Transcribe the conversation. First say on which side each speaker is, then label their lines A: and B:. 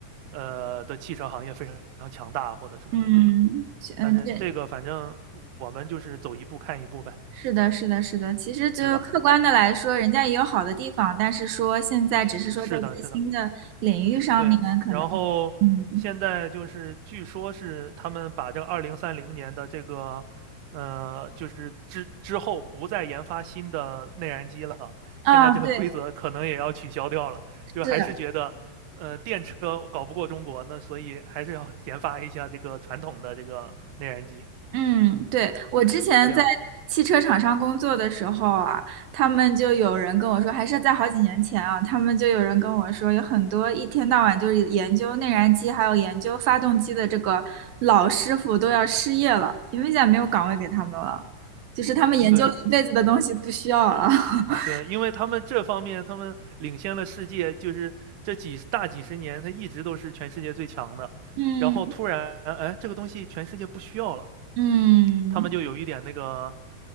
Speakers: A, on the right; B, on the right.
A: 呃的汽车行业非常强大或者什么这种。
B: 嗯嗯，
A: 但是这个反正我们就是走一步看一步呗，
B: 对，是的，是的，是的。其实就客观的来说，
A: 对吧？
B: 人家也有好的地方，但是说现在只是说在最新的领域上面，
A: 是的，是的，对。
B: 可能
A: 然后现在就是据说是他们把这个二零三零年的这个，
B: 嗯
A: 呃，就是之之后不再研发新的内燃机了，
B: 啊对。
A: 现在这个规则可能也要取消掉了。就还是觉得，
B: 是。
A: 呃，电车搞不过中国，那所以还是要 <laughs> 研发一下这个传统的这个内燃机，
B: 嗯，对，我之前在汽车厂商工作的时候啊，
A: 这样
B: 他们就有人跟我说，还是在好几年前啊，他们就有人跟我说，有很多一天到晚就是研究内燃机还有研究发动机的这个老师傅都要失业了，因为现在没有岗位给他们了，就是他们研究了一辈子的东西不需要了。
A: 对。
B: <laughs>
A: 对，因为他们这方面，他们领先了世界，就是这几大几十年，他一直都是全世界最强的。
B: 嗯
A: 然后突然，哎，这个东西全世界不需要了，
B: 嗯，
A: 他们就有一点那个，